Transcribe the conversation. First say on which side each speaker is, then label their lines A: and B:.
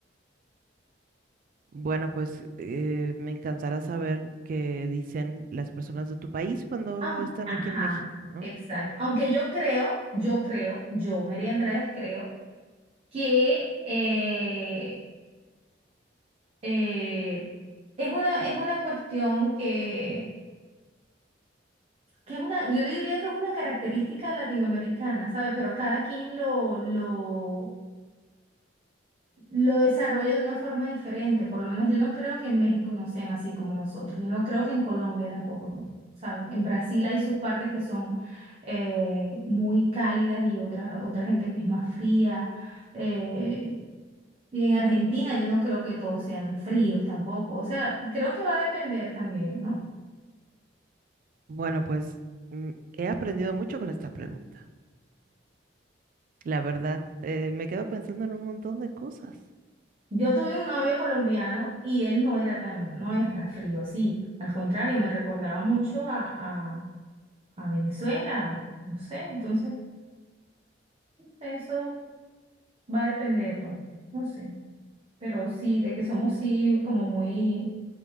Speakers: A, on the right; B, on the right.
A: Bueno, pues eh, me encantará saber qué dicen las personas de tu país cuando
B: Aun-
A: están
B: ajá,
A: aquí en México, ¿no?
B: exacto. Aunque yo creo, yo creo, yo, María Andrade, creo que eh, eh, es una, es una cuestión que que es una, yo diría que es una característica latinoamericana, ¿sabes? Pero cada quien lo, lo, lo desarrolla de una forma diferente. Por lo menos yo no creo que en México no sean así como nosotros. Yo no creo que en Colombia tampoco, ¿sabes? En Brasil hay sus partes que son eh, muy cálidas y otras, otra gente que es más fría. eh, y en Argentina yo no creo que todos sean fríos tampoco. O sea, creo que va a depender también, ¿no?
A: Bueno, pues mm, he aprendido mucho con esta pregunta. La verdad, eh, me quedo pensando en un montón de cosas.
B: Yo tuve un novio colombiano y él no era tan, no era frío así. Al contrario, me recordaba mucho a, a, a Venezuela. No sé, entonces eso va a depender, pues, no sé. Pero sí, de que somos sí como muy,